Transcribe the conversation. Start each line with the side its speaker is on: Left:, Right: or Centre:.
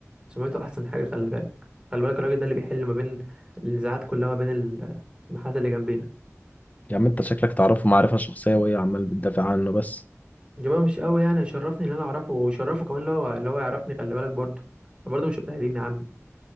Right: سمعته احسن حاجة خلي بالك خلي بالك الراجل ده اللي بيحل ما بين النزاعات كلها ما بين ال- المحلات اللي جنبينا
Left: يا عم أنت شكلك تعرفه معرفة شخصية وإيه عمال بتدافع عنه بس
Right: جماعة مش قوي يعني يشرفني ان انا اعرفه ويشرفه كمان لو اللي هو يعرفني خلي بالك برضه أنا برضه مش قليلين يا عم